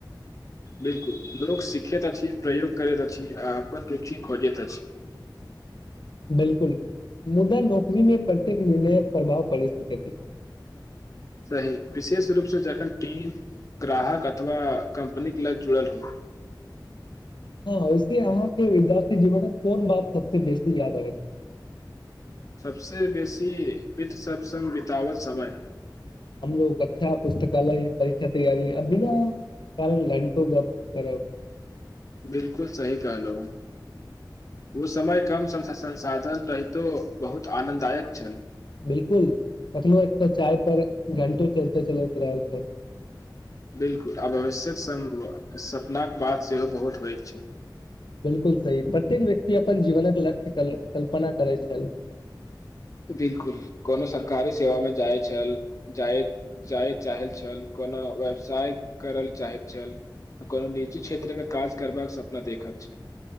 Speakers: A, on the left; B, on the left.
A: बिलकुल लोक सीखैत अछि, प्रयोग करैत अछि आ अपन <unintelligible> खोजैत अछि।
B: बिलकुल मुद्दा नौकरी मे प्रत्येक निर्णयक प्रभाव पड़ि सकैत अ
A: सही विशेष रूपसँ जखन टीम ग्राहक अथवा कम्पनी के ल जुड़ल हो।
B: हँ वैसे अहाँके विद्यार्थी जीवन मे कोन बात सबस बेसी याद आबैत छै।
A: सबस बेसी वितत सत्सङ्ंग बिितवत समय।
B: हमरो कक्षा पुस्तकालय परीक्षा तैयारी आ बिना कारण घंटो गप करब।
A: बिलकुल सही कहलहु ओ -समय कम संसाधन- रहितो बहुत आनन्ददायक छल।
B: बिलकुल कखनो एकटा चाय पर घंटो चर्चा चलैत रहल छै।
A: बिलकुल आब आवश्यक -सपनााक- बात। से ओ बहुत हो छै।
B: बिलकुल सही प्रत्येक व्यक्ति अपन जीवनक लक्ष्य कल कल्पना करैत छल। <unintelligible>
A: बिलकुल कोनो सरकारी सेवामे जाइत छल। जाय -जाय चाहै छल कोनो व। व्यवसाय कर ल चाहैत छल त कोनो निजी क्षेत्रमे काज करबाक सपना देखैत छल।